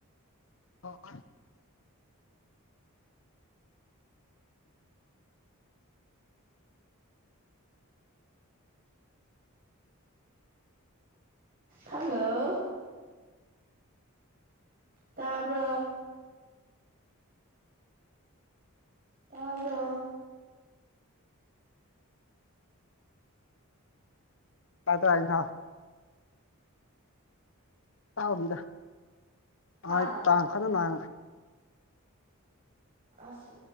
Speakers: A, on the left; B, on the right.
A: ꯍ
B: <inaudible> <inaudible> ꯍꯜꯂꯣ ꯇꯄꯔ ꯇꯕ꯭ꯔ
A: ꯀꯗ ꯍꯥꯏꯅ ꯔꯤꯗ
B: ꯍꯥ
A: ꯑ ꯇꯥꯡ ꯈꯅ ꯅꯥꯥꯡꯉ
B: ꯑꯁ